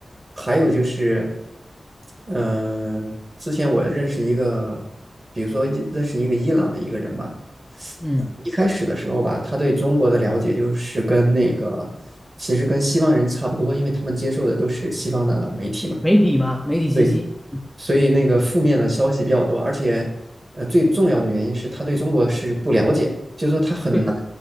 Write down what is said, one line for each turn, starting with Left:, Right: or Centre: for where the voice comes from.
Right: 还有就是嗯、呃之前我认识一个，比如说伊认识一个伊朗的一个人吧。
Centre: 嗯，
Right: 一开始的时候吧，他对中国的了解就是跟那个，其实跟西方人差不多，因为他们接受的都是西方的媒体嘛，
Centre: 媒体嘛，媒体信息，
Right: 对
Centre: <laughs> 嗯，
Right: 所以那个负面的消息比较多，而且呃最重要的原因是他对中国是不了解，就是说他很难
Centre: 对